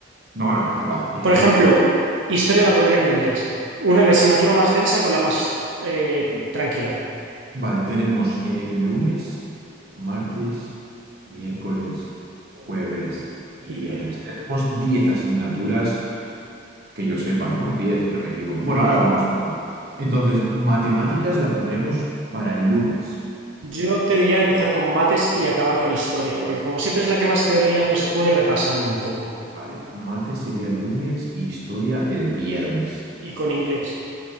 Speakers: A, on the right; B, on the right.
A: No, no, no, que va, ni
B: Por
A: de
B: ejemplo,
A: loco.
B: historia la pondría con inglés. Una, la asignatura más densa con la más eh, tranquila.
A: Vale, tenemos eh, lunes, martes, miércoles, jueves y
B: Y
A: viernes.
B: bien.
A: Tenemos 10 asignaturas que yo sepa, ¿no? 10, si no me equivoco. Bueno,
B: Y
A: ahora vamos viendo. Entonces, matemáticas la pondríamos para el lunes.
B: yo te diría empezar con mates y acabar con historia, porque como siempre es la que más teoría, pues se puede ir repasando un poco.
A: Vale, mate sería el lunes y historia el viernes.
B: Y con inglés.